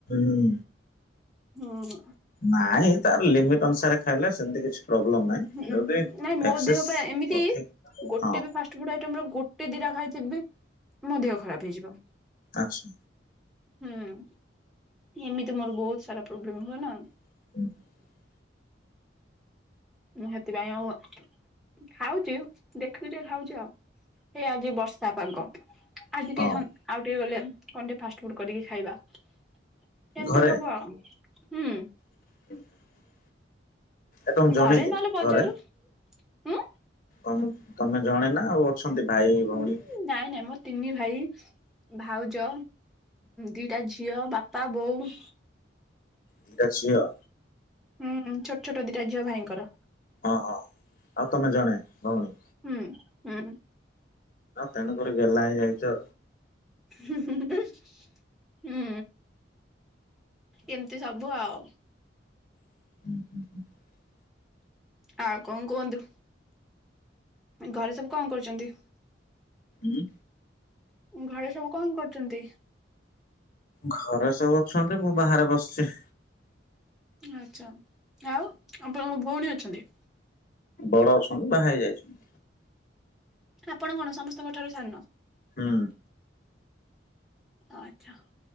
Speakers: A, on the left (about 50°); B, in the centre.
A: ହୁଁ।
B: ହୁଁ।
A: ନାଇଁ ତାର ଲିମିଟ୍ ଅନୁସାରେ ଖାଇଲେ ସେମିତି କିଛି ପ୍ରୋବ୍ଲେମ ନାହିଁ
B: ହୁଁ
A: ଯଦି
B: ନାଇଁ ମୋ
A: ଏକ୍ସେସ୍
B: ଦେହ ପାଇଁ ଏମିତି
A: ଅଧିକ
B: ଗୋଟେ
A: ହଁ
B: ବି ଫାଷ୍ଟ ଫୁଡ ଆଇଟମ ର ଗୋ ଗୋଟେ ଦିଟା ଖାଇଥିବି ମୋ ଦେହ ଖରାପ ହେଇଯିବ।
A: ଆଚ୍ଛା
B: ହୁଁ ଏମିତି ମୋର ବହୁତ ସାରା ପ୍ରୋବ୍ଲେମ ହୁଏ ନା।
A: <inaudible>
B: ମୁଁ ସେଥିପାଇଁ ଆଉ ଖାଉଛି ଦେଖିକି ଟିକେ ଖାଉଛି ଆଉ। ଏ ଆଜି ବର୍ଷା ପାଗ ଆଜି ଟିକେ
A: ହଁ
B: ଆଉ ଟିକେ ଗଲେ କଣ ଟିକେ ଫାଷ୍ଟ ଫୁଡ କରିକି ଖାଇବା। କେମିତି
A: ଘରେ
B: ହବ ଆଉ। ହୁଁ।
A: <inaudible> ଏ ତମ ଜଣେ
B: ଘରେ
A: କିି
B: ନହେଲେ ବଜାରରୁ
A: ଘରେ?
B: ଉଁ
A: <unintelligible> ତମେ ଜଣେ ନା ଆଉ ଅଛନ୍ତି ଭାଇ ଭଉଣୀ?
B: ଉଁ ନାଇଁ ନାଇଁ ମୋ ତିନି ଭାଇ ଭାଉଜ ଦିଟା ଝିଅ ବା ପା ବୋଉ
A: ଦିଟା ଝିଅ।
B: ହୁଁ ଛୋଟ ଛୋଟ ଦିଟା ଝିଅ ଭାଇଙ୍କର।
A: ଓ ହ ଆଉ ତମେ ଜଣେ ଭଉଣୀ?
B: ହୁଁ ହୁଁ
A: ତେଣୁକରି ଗେହ୍ଲା ହେଇ ଯାଇଚ।
B: ହୁଁ। ଏମିତି ସବୁ ଆଉ।
A: <inaudible>
B: ଆଉ କଣ କୁହନ୍ତୁ? ଘରେ ସବୁ କଣ କରୁଛନ୍ତି?
A: ଉଁ।
B: ଘରେ ସବୁ କଣ କରୁଛନ୍ତି?
A: ଘରେ ସବୁ ଅଛନ୍ତି ମୁଁ ବାହାରେ ବସିଚି।
B: ଆଚ୍ଛା, ଆଉ ଆପଣଙ୍କ ଭଉଣୀ ଅଛନ୍ତି?
A: ବଡ଼ ଅଛନ୍ତି ବାହା ହେଇ ଯାଇଛନ୍ତି।
B: ଆପଣ କଣ ସମସ୍ତଙ୍କ ଠାରୁ ସାନ?
A: ହୁଁ।
B: ଆଚ୍ଛା,